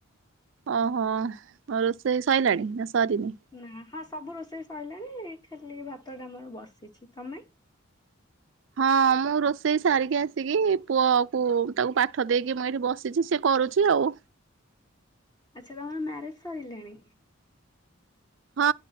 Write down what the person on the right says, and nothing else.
ଓହୋ ଆଉ ରୋଷେଇ ସଇଲାଣି ନା ସରିନି?
ହଁ ମୁଁ ରୋଷେଇ ସାରିକି ଆସିକି ପୁଅ କୁ ତାକୁ ପାଠ ଦେଇକି ମୁଁ ଏଇଠି ବସ୍ କିଛି ସିଏ କରୁଛି ଆଉ।
ହଁ